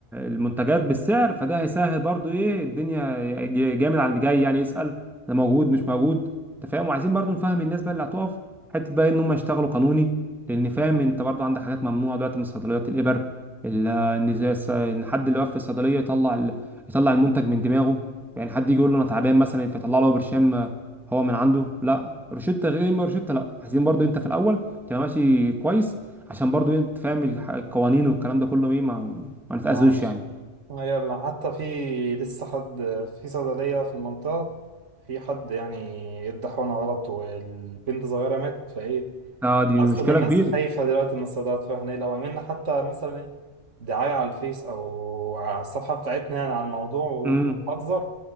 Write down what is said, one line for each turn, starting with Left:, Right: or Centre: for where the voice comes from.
Centre: المنتجات بالسعر فده هيسهل برضو ايه الدنيا ج- جامد على اللي جاي يعني يسأل ده موجود مش موجود انت فاهم وعايزين برضو نفهم الناس بقى اللي هتقف حته بقى ان هم يشتغلوا قانوني لان فاهم انت برضو عندك حاجات ممنوعه دلوقتي من صيدليات الابر ال- ان زي الص- ان حد اللي واقف في الصيدليه يطلع ال- يطلع المنتج من دماغه يعني حد يجي يقول له انا تعبان مثلا فيطلع له برشام آه، هو من عنده لا روشته غير ما روشته لا عايزين برضو انت في الاول تبقى ماشي كويس عشان برضو إيه، انت فاهم الح- القوانين والكلام ده كله ايه ما ما نتأذوش
Right: اه
Centre: يعني
Right: آه، يلا حتى في لسه حد في صيدلية في المنطقة في حد يعني ادى حقنة غلط والبنت صغيرة ماتت فايه
Centre: اه
Right: احنا
Centre: دي مشكلة
Right: اصلا الناس
Centre: كبيرة
Right: خايفة دلوقتي من الصيدليات فاحنا إيه، لو عملنا حتى مثلا ايه دعاية على الفيس او على الصفحة بتاعتنا يعني عن الموضوع وبنحذر
Centre: امم